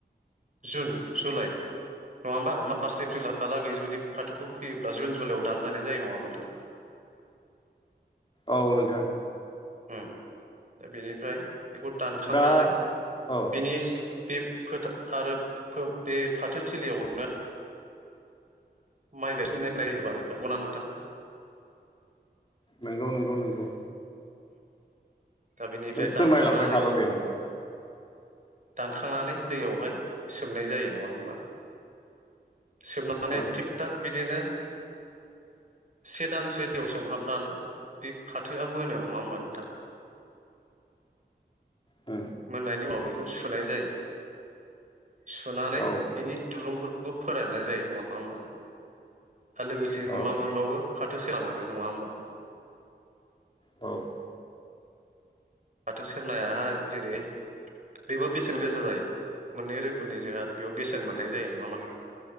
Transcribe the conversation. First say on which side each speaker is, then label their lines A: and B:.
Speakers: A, on the right; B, on the left.
A: जुन जुलाइ नङा होमबा मार्च एप्रिलहालागै जुदि फाथोखौ फैयोब्ला जुन जुलाइआव दानजानाय जायो नङा होमबा नोंथां
B: औ नोंथां
A: उ दा बेनिफ्राय बेखौ दानखांनानै
B: दा औ
A: बिनि बे फोथा आरो बे फाथोथिलियावनो माइ <unintelligible> नोंथां
B: नंगौ नंगौ नंगौ
A: दा बेनिफ्राय
B: नों फोरमायलांबाय
A: दानखांनानै
B: थाल' नोंथां
A: दानखांनानै दैयावहाय सोमनाय जायो नङा होमबा सोमनानै
B: औ
A: थिग थाक बिदिनो से दानसो दैयाव सोमहाबनानै बे फाथोआ मोनो नङा होमबा नोंथां
B: उ
A: मोननायनि उनाव बेखौ सुनाय जायो सुनानै
B: औ
A: बिनि दुरुंफोरखौ फोराननाय जायो नङा होमबा आरो लोगोसे
B: औ
A: जोङो मा मोनबावो फाथो सेला मोनो नङा होमबा
B: औ
A: फाथो सेरनायाहाय जेरै बेबो बेसेन गोसा जायो मोननै रोखोमनि जोंहा बेयाव बेसेन मोननाय जायो नङा होमबा नोंथां